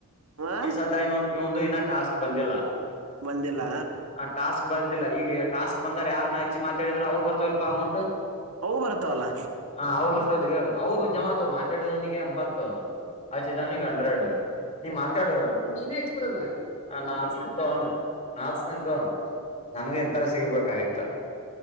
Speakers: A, on the right; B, on the left.
A: ಹ
B: ಈ ಸದ್ಯ ಇವಂದು ಇನ ಟಾಸ್ಕ್ ಬಂದಿಲ್ಲ
A: ಬಂದಿಲ್ಲ
B: ಆ ಟಾಸ್ಕ್. ಬಂದಿಲ್ಲ ಈಗ ಟಾಸ್ಕ್ ಬಂದರ್ ಯಾರನ್ನ ಹೆಚ್ಚಿ ಮಾತಾಡಿದ್ರ ಅವು ಬರ್ತಾವಿಲಪ ಅಮೌಂಟ್.
A: ಅವು ಬರ್ತವಲ್ಲ.
B: ಹ ಅವು ಹೇಳು ಅವು ಜಮಾ ಆಗ್ತವು ಮಾತಾಡಿದವನಿಗೆ ಎಂಬತ್ತು ಹಚ್ಚಿದವನಿಗೆ ಹಂಡ್ರೆಡ್. ನೀ ಮಾತಾಡು ನೀನೇ ಹಚ್ಚಿಕೊಡಲ್ಲ ಅ ನಾ ಹಚ್ಚತನಿ. ತೊ ಅಂದ್ರ ನಾ ಹಚ್ ತನಿ ತೊಗೊ ನನಗೂ ಇಂತರ ಸಿಗ್ಬಕ್. ಕಾಗಿತ್ತ